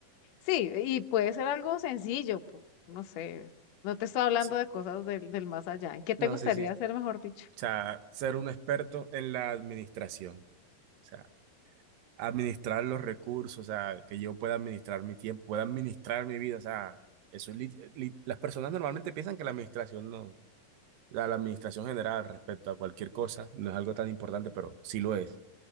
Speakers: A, on the left; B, on the right.
A: Sí, y puede ser algo sencillo, pu- no sé, no te estoy hablando
B: Sí.
A: de cosas del, del más allá. ¿En qué te
B: No,
A: gustaría
B: sí, sí. O
A: ser, mejor dicho?
B: sea, ser un experto en la administración. O sea, administrar los recursos, o sea, que yo pueda administrar mi tiempo, pueda administrar mi vida. O sea, eso, lit- eh, lit- las personas normalmente piensan que la administración no. La, la administración general respecto a cualquier cosa no es algo tan importante, pero sí lo es.